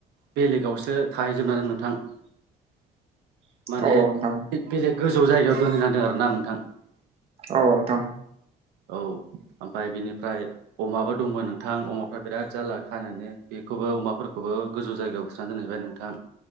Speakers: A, on the right; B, on the right.
A: बेलेगावसो थाहै जोबनांदों नोंथां
B: <inaudible>
A: माने
B: औ नोंथां
A: बेलेग गोजौ जायगायाव दोनहैनांदों आरो नों थां
B: औ नोंथां
A: औ ओमफ्राय बिनिफ्राय अमाबो दंमोन नोंथां अमाफ्रा बिराद जारला खानोनो बेखौबो अमाफोरखौबो गोजौ जायगायाव <unintelligible> दोनहैबाय नोंथां